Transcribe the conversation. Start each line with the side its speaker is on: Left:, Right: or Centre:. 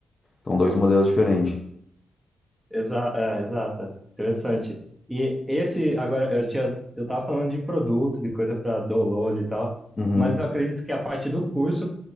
Left: São dois modelos diferentes.
Centre: Exa é, exata. Interessante. E esse, agora, eu tinha, eu tava falando de produto, de coisa para download e tal,
Left: Uhum.
Centre: mas eu acredito que a parte do curso